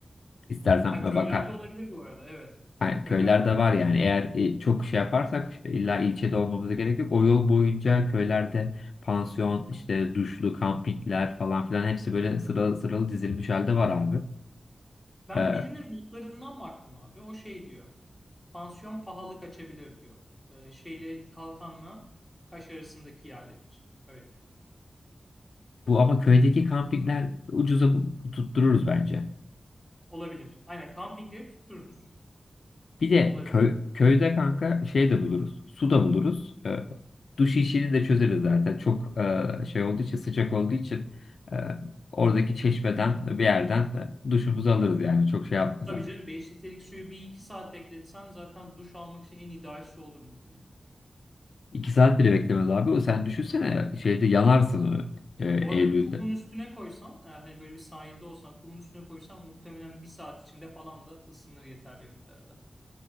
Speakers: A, on the left (about 80°); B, in the centre.
A: İstersen
B: Ha
A: bak
B: köylerde olabilir bu arada evet.
A: Yani köylerde
B: Köylerde olabilir.
A: var yani eğer e, çok şey yaparsak illa ilçede olmamıza gerek yok. O yol boyunca köylerde pansiyon, işte duşlu, kampikler falan filan hepsi böyle sıralı sıralı dizilmiş halde var abi.
B: Ben
A: Ee,
B: birinin notlarından baktım abi. O şey diyor. Pansiyon pahalı kaçabilir diyor. Ee, şeyle kalkanla Kaş arasındaki yerler için. Öyle diyor.
A: bu ama köydeki kampikler ucuza bu- tuttururuz bence.
B: Olabilir. Aynen kampingleri tuttururuz.
A: Bir de
B: Olabilir.
A: köy, köyde kanka şey de buluruz. Su da buluruz. Ee, duş işini de çözeriz zaten. Çok e, şey olduğu için sıcak olduğu için e, oradaki çeşmeden bir yerden e, duşumuzu alırız yani. Çok şey yapmaz
B: Tabii canım beş litrelik suyu bir iki saat bekletsen zaten duş almak için en ideal su olur muhtemelen.
A: İki saat bile beklemez abi. O sen düşünsene şeyde yanarsın onu e,
B: Bu arada
A: Eylül'de.
B: kumun üstüne koysan eğer hani böyle bir sahilde olsan kumun üstüne koysan muhtemelen bir saat içinde falan da ısınır yeterli miktarda.